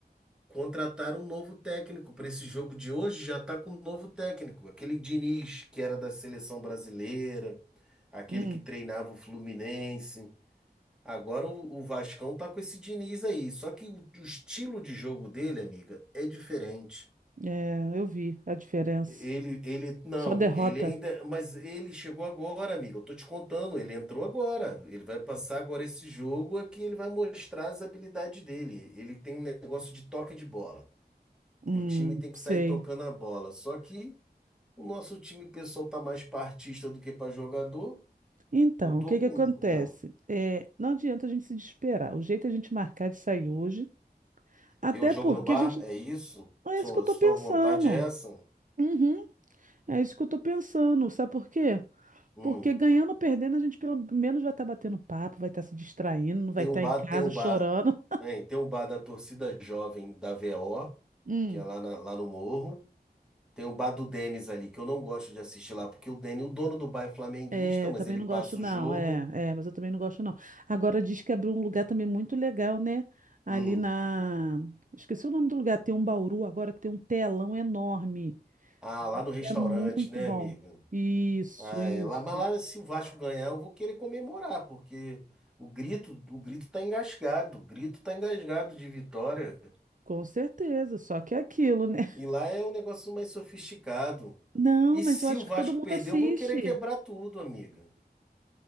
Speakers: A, in the centre; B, on the right.
A: Contrataram um novo técnico para esse jogo de hoje, já tá com um novo técnico, aquele Diniz que era da seleção brasileira, aquele
B: Hum,
A: que treinava o Fluminense. Agora o, o Vascão tá com esse Diniz aí, só que o, o estilo de jogo dele, amiga, é diferente.
B: é, eu vi a diferença.
A: Ele, ele, não,
B: Só derrota.
A: ele ainda, mas ele chegou agora, amigo. Eu tô te contando, ele entrou agora. Ele vai passar agora esse jogo aqui, ele vai mostrar as habilidades dele. Ele tem um negócio de toque de bola.
B: Hum,
A: O time tem que
B: sei.
A: sair tocando a bola. Só que o nosso time pessoal tá mais pra artista do que pra jogador.
B: Então,
A: Eu tô
B: o que
A: com,
B: que acontece?
A: não.
B: É, não adianta a gente se desesperar. O jeito é a gente marcar de sair hoje, até
A: Ver o jogo
B: porque
A: no bar,
B: a gente.
A: é isso?
B: É
A: Sua,
B: isso que eu tô
A: sua
B: pensando.
A: vontade é essa?
B: Uhum, é isso que eu tô pensando. Sabe por quê?
A: Hum.
B: Porque ganhando ou perdendo, a gente pelo menos vai estar batendo papo, vai estar se distraindo, não vai
A: Tem
B: estar
A: o bar,
B: em casa
A: tem o bar,
B: chorando.
A: hein, tem o bar da torcida jovem da V O
B: <laughs>
A: que é lá, na- lá no Morro. Tem o bar do Denis ali, que eu não gosto de assistir lá, porque o Denis, o dono do bar é flamenguista,
B: É,
A: mas
B: também
A: ele
B: não
A: passa
B: gosto, não.
A: o jogo.
B: É, é, mas eu também não gosto, não. Agora diz que abriu um lugar também muito legal, né? Ali
A: Hum.
B: na. Esqueci o nome do lugar, tem um Bauru agora que tem um telão enorme.
A: Ah,
B: Diz
A: lá no restaurante,
B: que é muito
A: né,
B: bom.
A: amiga?
B: Isso,
A: Ah,
B: isso.
A: é. Lá, mas lá, se o Vasco ganhar, eu vou querer comemorar, porque o grito, o grito tá engasgado, o grito tá engasgado de vitória.
B: Com certeza, só que é aquilo, né? <laughs>
A: E lá é um negócio mais sofisticado.
B: Não,
A: E
B: mas
A: se
B: eu acho
A: o Vasco
B: que todo mundo
A: perder,
B: assiste.
A: eu vou querer quebrar tudo, amiga.